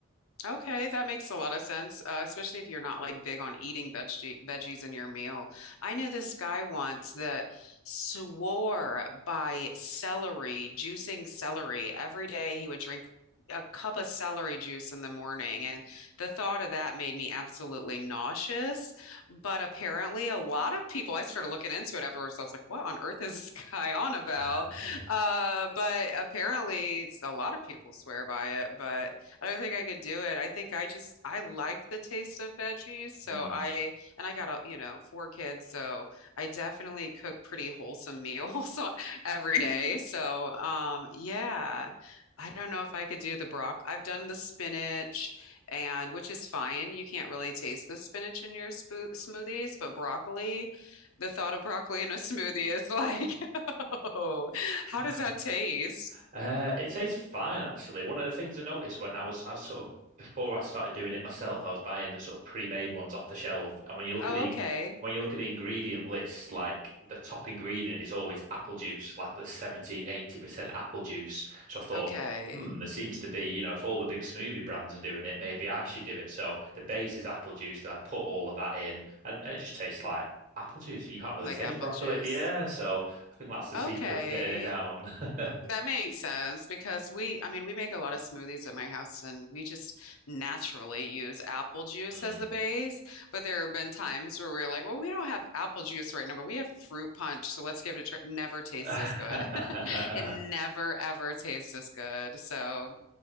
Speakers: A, on the left; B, on the right.
A: Okay, that makes a lot of sense, uh, especially if you're not like big on eating veggie veggies in your meal. I knew this guy once that swore by celery, juicing celery. Every day he would drink a cup of celery juice in the morning, and the thought of that made me absolutely nauseous. But apparently, a lot of people, I started looking into it afterwards. I was like, what on earth is this <laughs> guy on about?
B: <laughs>
A: Uh, but apparently, a lot of people swear by it, but. I don't think I could do it. I think I just I like the taste of veggies, so
B: Hmm.
A: I and I got a, you know, four kids, so I definitely cook pretty wholesome meals <laughs> every day. So, um, yeah. I don't know if I could do the broccoli. I've done the spinach and which is fine. You can't really taste the spinach in your spo smoothies, but broccoli, the thought of broccoli in a smoothie is like, <laughs> oh,
B: <laughs>
A: how
B: <laughs>
A: does that taste?
B: Uh, it tastes fine, actually. One of the things I noticed when I was, I was sort of before I started doing it myself, I was buying the sort of pre-made ones off the shelf. And when you look
A: Oh,
B: at the
A: okay.
B: when you look at the ingredient list, like the top ingredient is always apple juice, like the seventy, eighty percent apple juice. So I thought,
A: Okay.
B: hmm, there seems to be, you know, if all the big smoothie brands are doing it, maybe I should do it. So the base is apple juice, and I put all of that in, and, and it just tastes like apple juice. You can't really
A: Like
B: taste
A: apple
B: broccoli.
A: juice.
B: Yeah, so I think that's the
A: Okay.
B: secret to getting it down. <laughs>
A: That makes sense because we, I mean, we make a lot of smoothies at my house and we just naturally use apple juice
B: Hmm.
A: as the base. But there have been times where we're like, well, we don't have apple juice right now, but we have fruit punch. So let's give it a try. Never tastes
B: <laughs>
A: as good. <laughs> It never, ever tastes as good. So